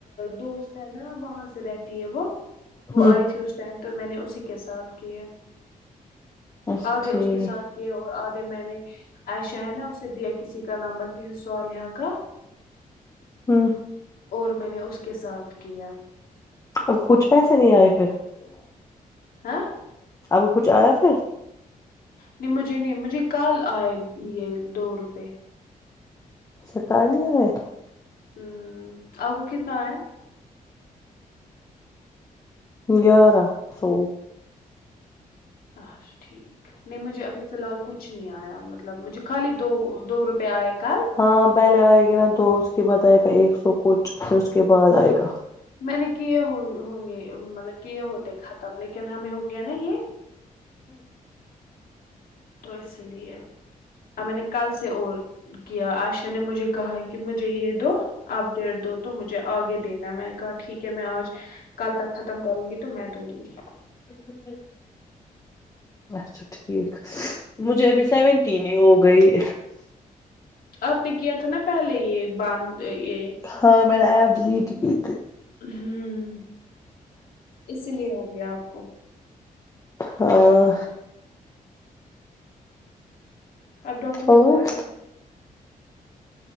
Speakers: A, on the left; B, on the left.
A: دوست ہے نا وہاں سے رہتی ہے وہ وہ
B: ہوں
A: آئی تھی اس ٹائم تو میں نے اسی کے ساتھ کیے
B: اچھا
A: آدھے
B: ٹھیک
A: اس کے ساتھ کہ اور آدھے میں نے عایشہ ہے نا اسے دیا کسی کا نمبر کسی صالحہ کا
B: ہوں
A: اور میں نے اس کے ساتھ کیا
B: اب کچھ پیسے نہیں آئے پھر
A: ہاں
B: اب وہ کچھ آیا پھر
A: نہیں مجھے نہیں مجھے کل آئے یہ دو روپے
B: اچھا کل ہی آئے
A: ہوں آپ کو کتنا آیا
B: گیارہ سو
A: اچھا ٹھیک نہیں مجھے ابھی فی الحال کچھ نہیں آیا مطلب مجھے خالی دو دو روپ پہ آیا کل
B: ہاں پہلے آئے گی نا دو اس کے بعد آئے گا ایک سو کچھ پھر اس کے بعد آئے گا
A: میں نے کیے ہو ہوں گے مطلب کیے ہوتے ختم لیکن ہمیں ہو گیا نا یہ تو اس لیے اور میں نے کل سے اور کیا عائشہ نے مجھے کہا کہ مجھے یہ دو اپ ڈیدو تو مجھے آگے دینا ہے میں نے کہا ٹھیک ہے میں آج کل تک ختم کروں گی تو میں دوں گی
B: <unintelligible> اچھا ٹھیک مجھے ابھی سیونٹین ہی ہو گئی
A: آپ نے کیا تھا نا پہلے یہ باندھ یہ
B: ہاں میں نے ایپ ڈیلیٹ کی تھی
A: ہمم اسی لیے ہو گیا آپ کو
B: ہاں
A: اپ ڈاکٹر کے
B: اور
A: پاس جاک